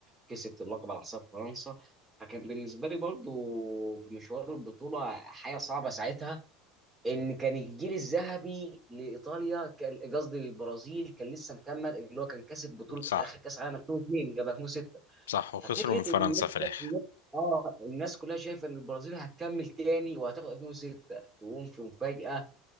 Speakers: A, on the right (about 15°); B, on the left (about 80°).
A: كسبت اللقب على حساب فرنسا فكان بالنسبه لي برضه في مشوار البطوله حاجه صعبه ساعتها ان كان الجيل الذهبي لايطاليا كان قصدي للبرازيل كان لسه مكمل اللي هو كان كسب بطوله
B: <laughs> صح
A: اخر كاس عالم 2002 قبل 2006
B: صح وخسروا
A: ففكره
B: من فرنسا
A: ان الناس
B: في الاخر
A: الناس- اه الناس كلها شايفه ان البرازيل هتكمل تاني وهتاخد 2006 تقوم في مفاجاه